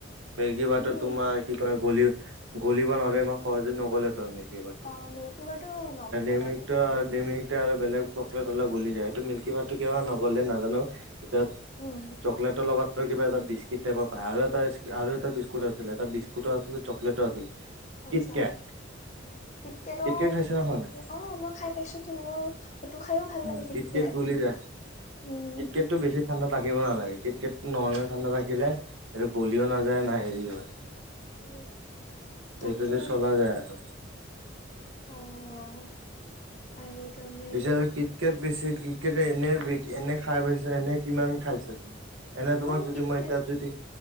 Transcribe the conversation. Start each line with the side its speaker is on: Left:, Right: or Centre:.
Right: মেৰ্গী বাটত
Left: উম
Right: তোমাৰ কি কয়। গলি গলিব নোৱাৰে ইমান সহজে ন'গলে ত দেও বাৰটো
Left: অ মিল্কী বাৰটো নগলে
Right: ডিমিক
Left: বাৰু
Right: ত ডিমিক এতিয়া আৰু বেলেগ চকলেট হলে গলি যায় সেইটো মিল্কী বাৰটো কিয় নগ'লে নাজানো? পিছত
Left: উম
Right: চকলেটৰ লগত ত কিবা এটা বিস্কিট টাইপৰ পাই আৰু এটা আৰু এটা বিস্কুট আছিল এটা বিস্কুটো আছিলে চকলেটো আছিলে।
Left: আচ্ছা
Right: কিটকেট
Left: কিতকেট অ
Right: কিটকেট খাইছা
Left: কিতকেট
Right: নে খোৱা নাই
Left: অ মই খাই পাইছো ত মোৰ সেইটো খাইও ভাল
Right: উম,
Left: লাগে ‌কিটকেট
Right: কিটকেট গলি যায়
Left: উম
Right: ক্ৰিকেটটো বেছি ঠাণ্ডাত ৰাখিব নালাগে কিটকেতটো নৰ্মেল ঠাণ্ডাত ৰাখিলে সেইটো গলিও নাযায় না হেৰি হয়।
Left: উম
Right: সেইটো
Left: তাকে,
Right: দি চলা যায় আৰু
Left: অহঁ অহঁ, আৰু তুমি
Right: পিছে কিতকাট বেছি কিটকাট এনে এনে খাই পাইছে এনে কিমান খাইছা তুমি এনে তোমাক
Left: অ
Right: যদি
Left: কিটকেট
Right: মই এতিয়া যদি